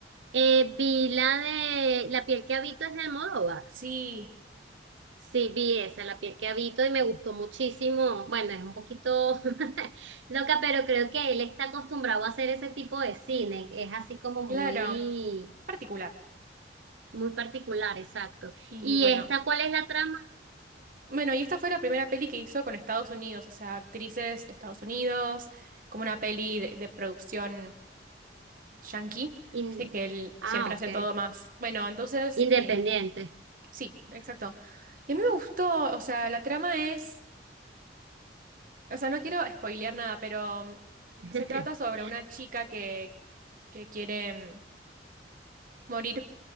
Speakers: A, on the right; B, on the right.
A: Eh, vi la de La piel que habito es de Almodóvar.
B: Sí,
A: Sí, vi esa, La piel que habito y me gustó muchísimo. Bueno, es un poquito <laughs> loca, pero creo que él está acostumbrado a hacer ese tipo de cine. Es así como
B: claro,
A: muy,
B: particular.
A: muy particular, exacto.
B: Y
A: ¿Y
B: bueno,
A: esta cuál es la trama?
B: bueno, y esta fue la primera peli que hizo con Estados Unidos, o sea, actrices de Estados Unidos, como una peli de, de producción yankee.
A: In-
B: Viste que él
A: Ah,
B: siempre
A: ok.
B: hace todo más. Bueno, entonces,
A: Independiente.
B: eh, Sí, exacto. Y a mí me gustó, o sea, la trama es, o sea, no quiero spoilear nada, pero mm,
A: <laughs>
B: se trata sobre una chica que, que quiere mm, morir,